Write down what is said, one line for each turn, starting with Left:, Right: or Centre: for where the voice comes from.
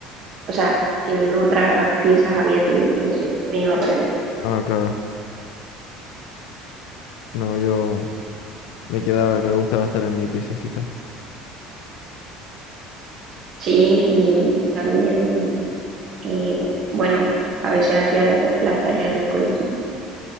Right: o sea, en otras piezas había tele, entonces me iba para allá.
Left: Ah, claro. No, yo me quedaba, me gustaba estar en mi piececita.
Right: Sí, y también, eh, bueno, a veces hacía la ta- las tareas del colegio.